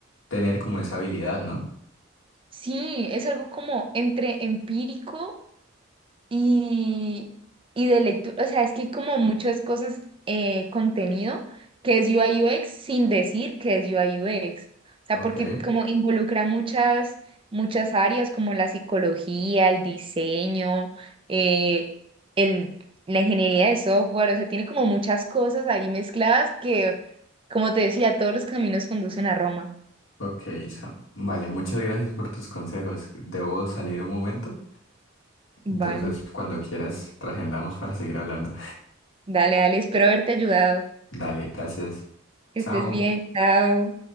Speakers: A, on the left; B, on the right.
A: tener como esa habilidad, ¿no?
B: Sí, es algo como entre empírico Y, y de lectura, o sea, es que hay como muchas cosas, eh, contenido que es U I U X sin decir que es U I U X O sea,
A: Ok.
B: porque como involucra muchas, muchas áreas como la psicología, el diseño, eh, el, la ingeniería de software, o sea, tiene como muchas cosas ahí mezcladas que, como te decía, todos los caminos conducen a Roma.
A: Ok, Isa. Vale, muchas gracias por tus consejos. Debo salir un momento,
B: Vale.
A: entonces cuando quieras, reagendamos para seguir hablando. <laughs>
B: Dale, dale, espero haberte ayudado.
A: Dale, gracias.
B: Que
A: Chao.
B: estés bien, chao.